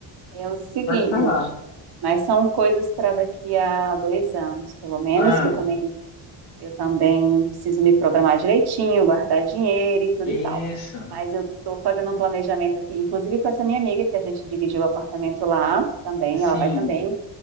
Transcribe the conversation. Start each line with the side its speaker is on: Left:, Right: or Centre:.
Right: É o seguinte.
Left: pode falar.
Right: Mas são coisas para daqui a dois anos, pelo menos,
Left: Ah,
Right: que eu também Eu também preciso me programar direitinho, guardar dinheiro e tudo
Left: isso,
Right: e tal. Mas eu estou fazendo um planejamento aqui, inclusive com essa minha amiga, que a gente dividiu o apartamento lá também,
Left: sim,
Right: ela vai também.